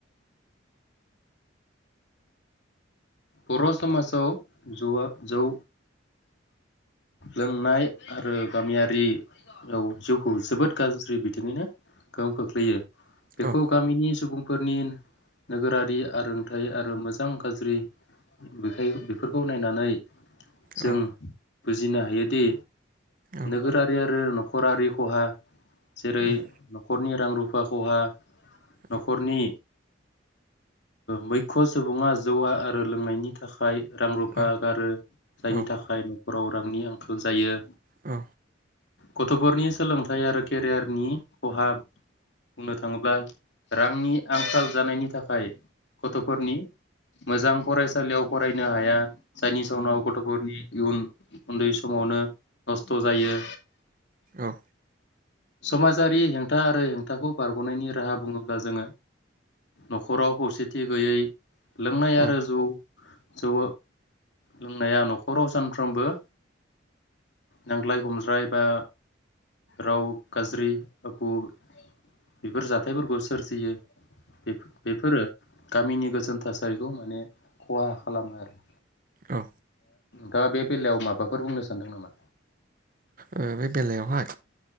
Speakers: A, on the left; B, on the right.
A: बर' समाजाव जौवा जौ लोंनाय आरो गामियारियाव जिउखौ जोबोद गाज्रि बिथिङैनो गोहोम खोख्लैयो। बेखौ
B: औ
A: गामिनि सुबुं फोरनि नोगोरारि आरोंथाइ आरो मोजां-गाज्रि बेखाय बेफोरखौ नायनानै जों
B: औ
A: बुजिनो हायोदि
B: औ
A: नोगोरारि आरो नखरारि खहा जेरै-
B: उम
A: न'खरनि रां-रुफा खहा,
B: औ
A: नखरनि मैख' सुबुङा जौवारु आ रो लोंनायनि थाखाय रां-रुफा
B: औ
A: गारो जायनि
B: औ
A: थाखाय नख'राव रांनि आंखाल जायो।
B: औ।
A: गथ'फोरनि सोलोंथाइ आरो केरियारनि खहा बुंनो थाङोब्ला रांनि आंखाल जानायनि थाखाय गथ'फोरनि मोजां फरायसालियाव फरायनो हाया। जायनि जाउनाव गथ'फोरनि इयुना उन्दै समावनो नस्थ' जायो।
B: औ।
A: समाजारि हेंथा आरो हेंथाखौ बारग'नायनि राहा बुङोब्ला जोङो न'खराव खौसेथि गैयै लोंनाय आरो
B: औ
A: जौ जौ लोंनाया न'खराव सानफ्रोमबो नांज्लाय-खमज्लाय बा राव गाज्रि फोर बेफोर जाथायफोरखौ सोरजियो। बे-बेफोरो गामिनि गोजोन थासारिखौ माने खहा खालामो आरो।
B: औ।
A: दा बे बेलायाव माबाफोर बुंनो सानदों नामा?
B: ओ बे बेलायावहाय